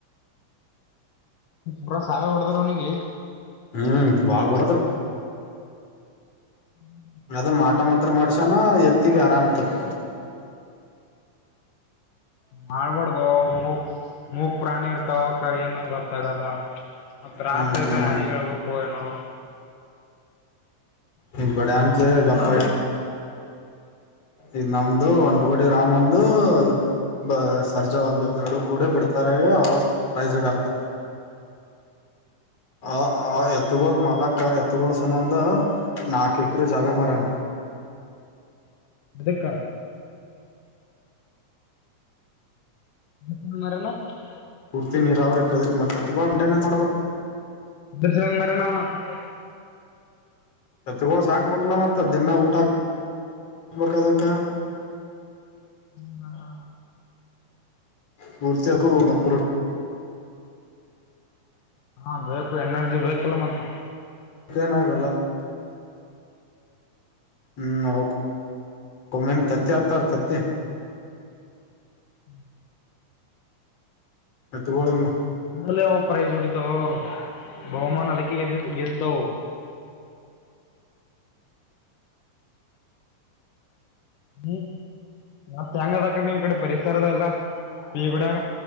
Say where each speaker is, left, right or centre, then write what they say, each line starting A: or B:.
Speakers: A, on the left; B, on the left.
A: ಪುರ ಸಾಯಿ ಹೊಡದ್ರ ಅವನಿಗೆ
B: ಹ್ಮ್ ಬಾಳ ಹೊಡದ್ರ
A: ಹ್ಮ್
B: ಅದು ಮಾಟ ಮಂತ್ರ ಮಾಡ್ಸನೊ ಎತ್ತಿಗೆ ಆರಾಮ್ ತಪ್ಪ
A: ಮಾಡ್ಬಾರಡ್ದು ಮೂಕ್ ಮೂಕ್ ಪ್ರಾಣಿ ಇರ್ತಾವಕ್ಕ ಏನ್ ಗೊತ್ತಾಗಲ್ಲ ತ್ರಾಸ್
B: ಹ್ಮ್
A: ಆಯ್ತ ಯಾರಿಗ್ ಹೇಳ್ಬೇಕು ಏನೋ
B: ಇ ಬಡ ಅಂತ ಗಪ್ಪ ಇನ್ ನಮ್ದು ಒಂದ್ ತೋಗಡೆ ರಾಮಂದು ಬ ಸರ್ಜಾ ಒಂದು ಎರಡು ಕೂಡೆ ಬಿಡ್ತಾರೆ ಅವಾಗ ಪ್ರೈಸ್ ಎರಡ ಆಕ್ತವೆ ಆ ಆ ಎತ್ತಗೋಳ ಮಾಲಕ್ಕ ಎತ್ತಗೋಳ ಸಂಬಂಧ ನಾಕ್ ಎಕರೆ ಜಾಗ ಮಾರೆಯಾನ
A: ಎದಕ್ಕ <unintelligible>
B: ಪೂರ್ತಿ ನೀರಾವರಿ ಪ್ರದೇಶ ಮತ್ತ ಮಂಟೈನ್ಸ್ ಮಾಡಬುದು
A: <unintelligible>
B: ಎತೋಗಳ ಸಾಕಬೇಕಲ ಮತ್ತ ದಿನ ಊಟಾ ಹಾಕ್ಬೇಕ ಅದಕ್ಕ
A: ಹ್ಮ ಹಾ
B: ಪೂರ್ತಿಯಕು ಮತ್ತ
A: ಹಾ ಬೇಕು ಎನರ್ಜಿ ಬೇಕಲ್ಲ ಮತ್ತೆ
B: ಅತ್ತೇನ ಆಗಲ್ಲ ಹ್ಮ್ಂ ಒಮ್ಮೊಮ್ಮೆ ತತ್ತಿ ಹಾಕ್ತಾರ ತತ್ತಿ
A: ಹ್ಮ
B: ಎತ್ತ ಗೋಳಿಗಿ
A: ನಲ್ಲ ಪ್ರೈಜ್ ಹೊಡಿತವೋ ಬಹುಮಾನ ಅಲ್ಲಿಕ್ಕೆಗೆದ ಗೆಲ್ತವೋ ಹ್ಮ್ ಮತ್ತ ಹೆಂಗ ಅದ ಅಕಡೆ ನಿಮ್ ಕಡೆ ಪರಿಸರದ ಎಲ್ಲ ಈ ಗೂಡಗ